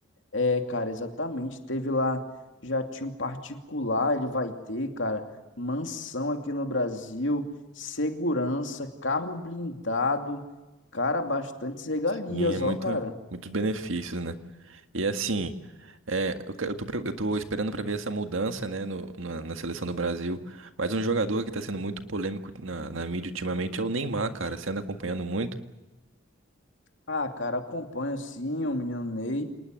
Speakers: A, on the left; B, on the right.
A: é, cara, exatamente. Teve lá, já tinha um particular, ele vai ter, cara. Mansão aqui no Brasil, segurança, carro blindado, cara, bastantes regalias,
B: Sim, é muito,
A: ó, cara.
B: muitos benefícios, né? E assim, é, eu, que- eu tô, pre- eu tô esperando pra ver essa mudança, né, no- na, na seleção do Brasil. Mas um jogador que tá sendo muito polêmico na, na mídia ultimamente é o Neymar, cara. Você anda acompanhando muito?
A: Ah, cara, acompanho sim o menino Ney.